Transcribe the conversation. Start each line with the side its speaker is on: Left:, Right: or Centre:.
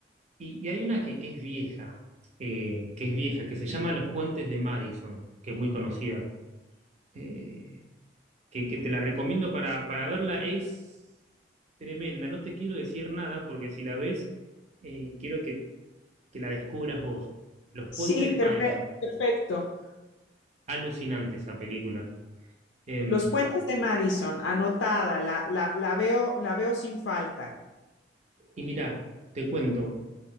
Right: Y, y hay una que, que es vieja, eh, que es vieja, que se llama Los Puentes de Madison, que es muy conocida, eh, que, que te la recomiendo para, para verla. Es tremenda, no te quiero decir nada porque si la ves, eh, quiero que, que la descubras vos. Los
Left: Sí,
Right: Puentes de
Left: perfecto,
Right: Madison.
Left: perfecto.
Right: Es alucinante esa película. Em,
Left: Los puentes de Madison, anotada, la, la, la veo, la veo sin falta.
Right: y mira, te cuento,